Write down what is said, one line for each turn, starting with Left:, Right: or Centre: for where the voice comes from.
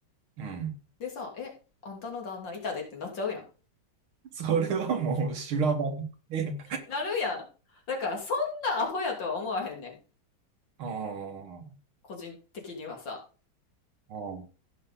Right: うん。
Left: でさ「えあんたの旦那いたで」ってなっちゃうやん
Right: それはもう修羅場で、
Left: なるやん。だからそんなアホやとは思わへんねん。
Right: <laughs> ああ、
Left: 個人的にはさ。
Right: ああ